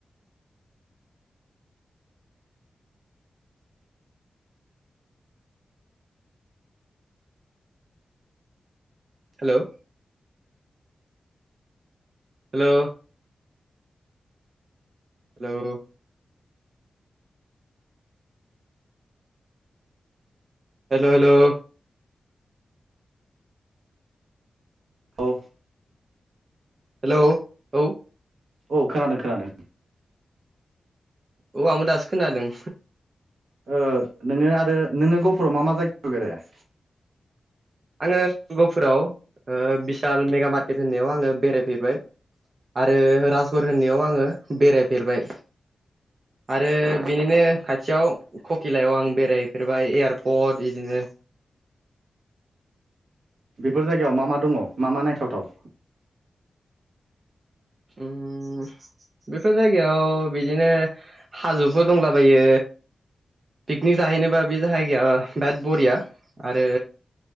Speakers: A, on the right; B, on the right.
A: hello? Hello? Hello? Hello hello?
B: Hello?
A: Hello औ।
B: औ खोनादों खोनादों।
A: औ आंबो दासो खोनादों।
B: ओ नोङो आरो नोङो गहफुराव मा मा जायगायाव बेराया?
A: आङो गहफुराव बिशाल मेगा मार्केट होननायाव आङो बेरायफेरबाय आरो राजगर होननायाव आङो बेरायफेरबाय आरो बिनिनो खाथियाव ककिलायाव आं बेरायफेरबाय एयारपर्ट बिदिनो <unintelligible>
B: बेफोर जायगायाव मा मा दङ मा मा नायथावथाव?
A: ओम बेफोर जायगायाव बिदिनो हाजोफोर दंलाबायो। पिकनिक जाहैनोबा बे जायगाया बिराद बरिया आरो